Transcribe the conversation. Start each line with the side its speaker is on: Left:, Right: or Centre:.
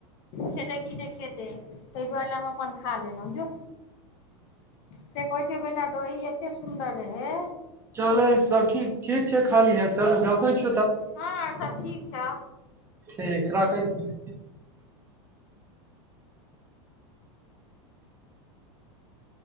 Left: खेते कि नहि खेते ताहि दुआरे हम अपन खा लेलहुँं जो से कह छै बेैटा दहि एते सुन्दर रहै
Right: चले सब ठीक ठीक छै खाली है चल रखै छी
Left: हँ सब ठीक च
Right: ठीक राखै छी